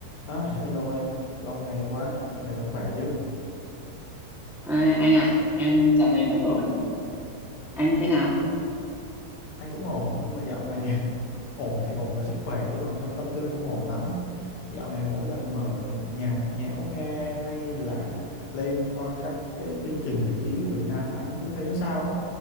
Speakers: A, on the left; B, in the centre.
A: À, hello em, lâu ngày quá, dạo này vẫn khỏe chứ?
B: À, anh à, em dạo này vẫn ổn. Anh thế nào?
A: Anh cũng ổn, nhưng mà dạo này <laughs> ổn thì ổn với sức khỏe chứ còn trong tâm tư không ổn lắm. Dạo này mỗi lần mở nhạc nhẽo nghe hay là lên coi các cái chương trình giải trí của Việt Nam anh cứ thấy nó sao ấy.